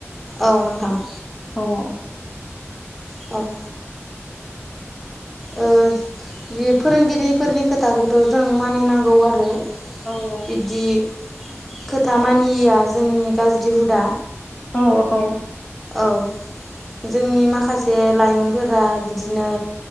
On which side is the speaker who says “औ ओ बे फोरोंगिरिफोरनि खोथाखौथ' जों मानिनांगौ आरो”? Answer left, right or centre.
Centre